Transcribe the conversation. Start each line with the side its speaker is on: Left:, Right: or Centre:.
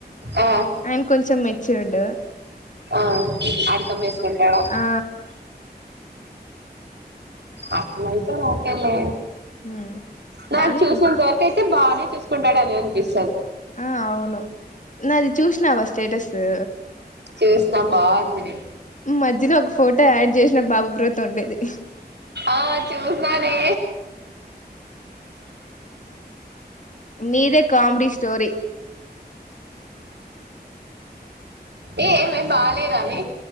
Right: ఆ
Left: అయన్ కొంచెం మెచ్యూర్ డు
Right: ఆ అర్థం వేసుకుంటాడా
Left: ఆ
Right: అట్నయితే ఓకే లే
Left: హ్మ్
Right: నాకు
Left: బానే
Right: చూసినంతవరక
Left: అంటారు
Right: అయితే బాగానే తీసుంటాడు అని అనిపిస్
Left: ఆ అవును నాది చూసినవా స్టేటస్ ఉ
Right: చూసిన బాగుంది
Left: మధ్యలో ఒక ఫోటో యాడ్ చేసిన బాబు బ్రో తో ఉండేది
Right: ఆ చూసినా నే
Left: నీదే కామెడి స్టోరి
Right: ఏ ఏమే బాలేదానే